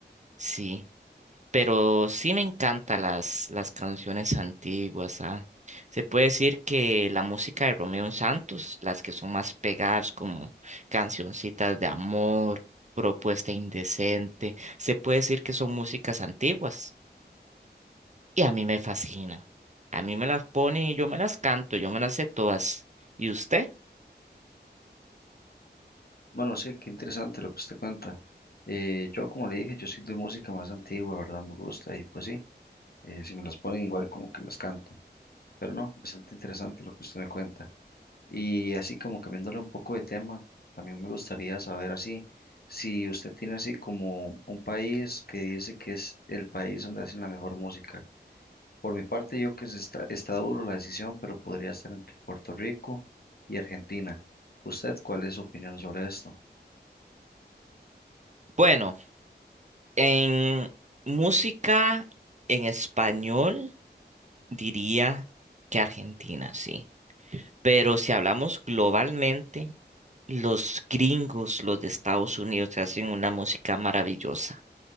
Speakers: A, on the right; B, on the left.
A: Sí. Pero sí me encantan las, las canciones antiguas, ¿ah? Se puede decir que la música de Romeo Santos, las que son más pegadas como cancioncitas de amor, propuesta indecente, se puede decir que son músicas antiguas y a mí me fascina. A mí me las ponen y yo me las canto, yo me las sé todas. ¿Y usted?
B: Bueno, sí, qué interesante lo que usted cuenta. Eh, yo, como le dije, yo soy de música más antigua, ¿verdad? Me gusta y pues sí, eh, si me las ponen igual como que las canto. Pero no, bastante interesante lo que usted me cuenta. Y así como cambiándole un poco de tema, también me gustaría saber así, si usted tiene así como un país que dice que es el país donde hacen la mejor música. Por mi parte, yo que se está, está duro la decisión, pero podría estar entre Puerto Rico y Argentina. ¿Usted cuál es su opinión sobre esto?
A: Bueno, en música en español diría que Argentina, sí. Pero si hablamos globalmente, los gringos, los de Estados Unidos, hacen una música maravillosa,